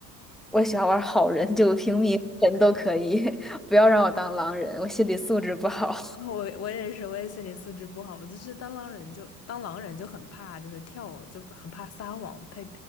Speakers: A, in the centre; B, on the left.
A: 我喜欢玩好人，<laughs> 就平民人都可以，<laughs> 不要让我当狼人，我心理素质不好。
B: <laughs> 我我也是，我也心理素质不好，我就是当狼人就当狼人就很怕，就是跳舞就很怕撒谎，怕